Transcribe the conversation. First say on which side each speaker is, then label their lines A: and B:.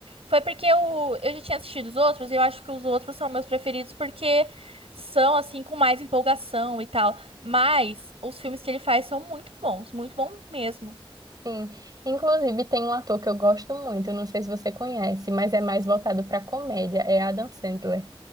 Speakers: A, on the right; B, on the right.
A: foi porque eu, eu já tinha assistido os outros e eu acho que os outros são meus preferidos porque são, assim, com mais empolgação e tal. Mas os filmes que ele faz são muito bons, muito bom mesmo.
B: Sim. Inclusive, tem um ator que eu gosto muito, eu não sei se você conhece, mas é mais voltado para comédia, é Adam Sandler.